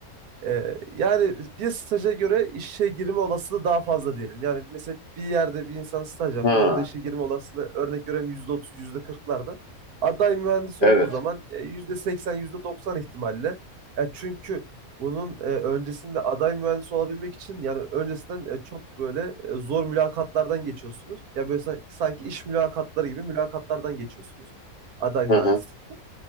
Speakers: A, on the right; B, on the left.
A: Ee, yani bir staja göre işe girme olasılığı daha fazla diyelim. Yani mesela bir yerde bir insan staj yapıyor.
B: Ha,
A: Orada işe girme olasılığı örnek veriyorum %30, %40'larda. Aday mühendis
B: evet.
A: olduğu zaman e, %80, %90 ihtimalle. E, çünkü bunun e, öncesinde aday mühendis olabilmek için yani öncesinden e, çok böyle e, zor mülakatlardan geçiyorsunuz. Ya böyle san- sanki iş mülakatları gibi mülakatlardan geçiyorsunuz aday
B: <laughs>
A: mühendislikte.
B: Hı hı.